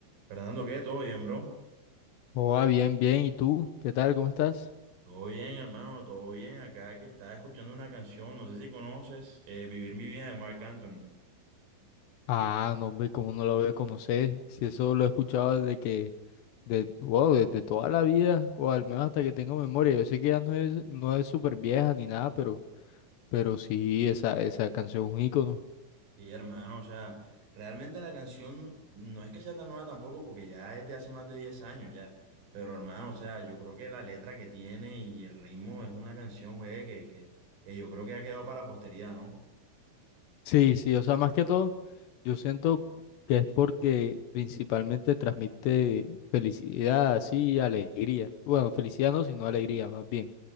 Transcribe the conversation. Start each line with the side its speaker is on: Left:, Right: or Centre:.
Right: Fernando, ¿qué? ¿Todo bien, bro?
Left: Hola, bien, bien. ¿Y tú? ¿Qué tal? ¿Cómo estás?
Right: Todo bien, hermano, todo bien. Acá que estaba escuchando una canción, no sé si conoces, eh, Vivir mi vida de Marc Anthony.
Left: Ah, no, hombre, ¿cómo no lo voy a conocer? Si eso lo he escuchado desde que, de, wow, desde toda la vida, o al menos hasta que tengo memoria. Yo sé que ya no es, no es súper vieja ni nada, pero, pero sí, esa, esa canción es un ícono.
Right: Y hermano, o sea, realmente la canción no es que sea tan nueva tampoco, porque ya es de hace más de 10 años ya. Pero hermano, o sea, yo creo que la letra que tiene y el ritmo es una canción, güey, que, que, que yo creo que ha quedado para la posteridad, ¿no?
Left: Sí, sí, o sea, más que todo, yo siento que es porque principalmente transmite felicidad, sí, alegría. Bueno, felicidad no, sino alegría, más bien.